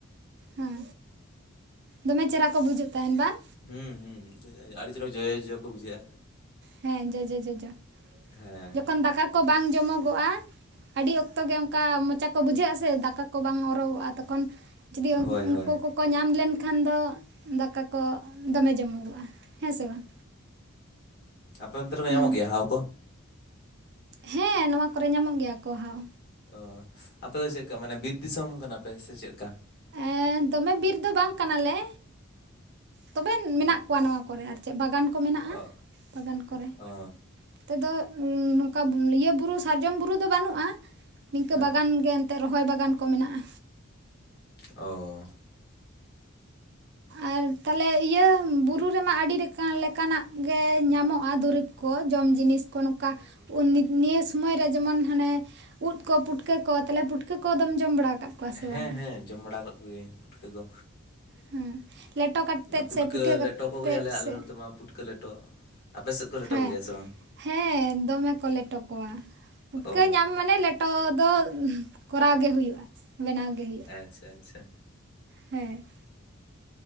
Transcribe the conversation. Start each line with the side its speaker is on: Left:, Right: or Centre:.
Right: ᱦᱮᱸ ᱫᱚᱢᱮ ᱪᱮᱦᱨᱟ ᱠᱚ ᱵᱩᱡᱩᱜ ᱛᱟᱦᱮᱱ ᱵᱟᱝ
Left: ᱦᱩᱸ ᱦᱩᱸ ᱟᱰᱤ ᱪᱮᱨᱦᱟ ᱡᱚᱡᱚ ᱡᱚᱡᱚ ᱠᱚ ᱵᱩᱡᱷᱟᱹᱜ-ᱟ
Right: ᱦᱮᱸ ᱡᱚᱡᱚ ᱡᱚᱡᱚ,
Left: ᱦᱮᱸ
Right: ᱡᱚᱠᱷᱚᱱ ᱫᱟᱠᱟ ᱠᱚ ᱵᱟᱝ ᱡᱚᱢᱚᱜᱚᱜ-ᱟ, ᱟᱹᱰᱤ ᱚᱠᱛᱚ ᱜᱮ ᱚᱱᱠᱟ ᱢᱚᱪᱟ ᱠᱚ ᱵᱩᱡᱷᱟᱹᱜ-ᱟ ᱥᱮ ᱫᱟᱠᱟ ᱠᱚ ᱵᱟᱝ ᱚᱨᱚᱜᱚᱜ-ᱟ ᱛᱚᱠᱷᱚᱱ ᱡᱩᱫᱤ
Left: ᱦᱳᱭ
Right: ᱩᱱᱠᱩ
Left: ᱦᱳᱭ
Right: ᱠᱚᱠᱚ ᱧᱟᱢ ᱞᱮᱱᱠᱷᱟᱱ ᱫᱚ ᱫᱟᱠᱟ ᱠᱚ ᱫᱚ ᱢᱮ ᱡᱚᱢᱚᱜᱚᱜ-ᱟ᱾ ᱦᱮᱸ ᱥᱮ ᱵᱟᱝ?
Left: ᱟᱯᱮ ᱚᱱᱛᱮ ᱨᱮᱠᱚ
Right: ᱦᱩᱸ
Left: ᱧᱟᱢᱚᱜ ᱜᱮᱭᱟ ᱦᱟᱣ ᱠᱚ?
Right: ᱦᱮᱸ ᱱᱚᱣᱟ ᱠᱚᱨᱮ ᱧᱟᱢᱚᱜ ᱜᱮᱭᱟ ᱠᱚ ᱦᱟᱣ᱾
Left: ᱚ ᱟᱯᱮ ᱫᱚ ᱪᱮᱫ ᱠᱟ ᱢᱟᱱᱮ ᱵᱤᱨ ᱫᱤᱥᱚᱢ ᱠᱟᱱᱟ ᱯᱮ ᱥᱮ ᱪᱮᱫ ᱠᱟ?
Right: ᱦᱮᱸ ᱫᱚᱢᱮ ᱵᱤᱨ ᱫᱚ ᱵᱟᱝ ᱠᱟᱱᱟ ᱞᱮ ᱛᱚᱵᱮ
Left: ᱦᱮᱸ
Right: ᱢᱮᱱᱟᱜ ᱠᱚᱣᱟ ᱱᱚᱣᱟ ᱠᱚᱨᱮ ᱟᱨ ᱪᱮᱫ ᱵᱟᱜᱟᱹᱱ ᱠᱚ ᱢᱮᱱᱟᱜ-ᱟ
Left: ᱚ
Right: ᱵᱟᱜᱟᱹᱱ ᱠᱚᱨᱮ
Left: ᱚ
Right: ᱱᱚᱛᱮ ᱫᱚ ᱱᱚᱝᱠᱟ ᱤᱭᱟᱹ ᱵᱩᱨᱩ ᱥᱟᱨᱡᱚᱢ ᱵᱩᱨᱩ ᱫᱚ ᱵᱟᱹᱱᱩᱜ-ᱟ ᱱᱤᱝᱠᱟ
Left: ᱦᱮᱸ
Right: ᱵᱟᱜᱟᱱ ᱜᱮ ᱚᱛᱮ ᱨᱚᱦᱚᱭ ᱵᱟᱜᱟᱹᱱ ᱠᱚ ᱢᱮᱱᱟᱜ-ᱟ
Left: ᱚ
Right: ᱟᱨ ᱛᱟᱦᱚᱞᱮ ᱤᱭᱟᱹ ᱵᱩᱨᱩ ᱨᱮᱢᱟ ᱟᱹᱰᱤ ᱞᱮᱠᱟᱱᱟᱜ ᱜᱮ ᱧᱟᱢᱚᱜ-ᱟ, ᱫᱩᱨᱤᱵᱽ ᱠᱚ ᱡᱚᱢ ᱡᱤᱱᱤᱥ ᱠᱚ ᱱᱚᱠᱟ ᱱᱤᱭᱟᱹ ᱥᱳᱢᱚᱭ ᱨᱮ ᱡᱮᱢᱚᱱ ᱦᱟᱱᱮ ᱩᱫ ᱠᱚ, ᱯᱩᱴᱠᱟᱹ ᱠᱚ, ᱛᱟᱦᱚᱞᱮ ᱯᱩᱴᱠᱟᱹ ᱠᱚᱫᱚᱢ ᱡᱚᱢ ᱵᱟᱲᱟ ᱟᱠᱟᱫ ᱠᱚᱣᱟ? ᱥᱮ
Left: ᱦᱮᱸ
Right: ᱵᱟᱝᱟ
Left: ᱦᱮᱸ ᱡᱚᱢ ᱵᱟᱲᱟ ᱟᱠᱟᱹᱜ ᱠᱩᱜᱤᱭᱤᱧ ᱯᱩᱴᱠᱟᱹ ᱠᱚ᱾
Right: ᱦᱩᱸ ᱞᱮᱴᱚ ᱠᱟᱛᱮᱜ
Left: ᱯᱩᱴᱠᱟᱹ
Right: ᱥᱮ, ᱯᱤᱴᱷᱟᱹ
Left: ᱞᱮᱴᱚ ᱠᱚᱜᱮᱭᱟᱞᱮ
Right: ᱠᱟᱛᱮᱫ
Left: ᱟᱞᱮ
Right: ᱥᱮ
Left: ᱱᱚᱛᱮ ᱢᱟ ᱯᱩᱴᱠᱟᱹ ᱞᱮᱴᱚ ᱟᱯᱮ ᱥᱮᱫ ᱠᱚ ᱞᱮᱴᱚ
Right: ᱦᱮᱸ
Left: ᱠᱚᱜᱮᱭᱟ ᱥᱮ ᱵᱟᱝ?
Right: ᱦᱮᱸ ᱫᱚᱢᱮ ᱠᱚ ᱞᱮᱴᱚ ᱠᱚᱣᱟ ᱯᱩᱴᱠᱟᱹ
Left: ᱚ
Right: ᱧᱟᱢ ᱢᱟᱱᱮ ᱞᱮᱴᱚ ᱫᱚ ᱠᱚᱨᱟᱣ ᱜᱮ ᱦᱩᱭᱩᱜ-ᱟ ᱵᱮᱱᱟᱣ ᱜᱮ ᱦᱩᱭᱩᱜ-ᱟ᱾
Left: ᱟᱪᱪᱷᱟ ᱪᱷᱟ᱾
Right: ᱦᱮᱸ